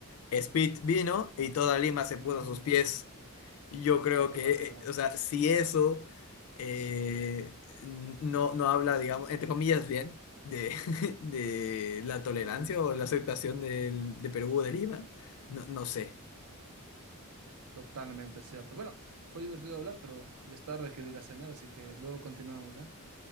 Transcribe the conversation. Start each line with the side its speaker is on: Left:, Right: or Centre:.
Left: Speed vino y toda Lima se
Right: Mm,
Left: puso a sus pies. Yo creo
Right: patas
Left: que,
Right: arriba,
Left: eh, o sea, si eso eh, n- no, no habla, digamos, entre comillas, bien de, <laughs> de la tolerancia
Right: Perú.
Left: o la aceptación del- de Perú o de Lima, no, no sé,
Right: Totalmente cierto. Bueno, fue divertido hablar, pero ya es tarde, quiero ir a cenar, así que luego continuamos, ¿eh?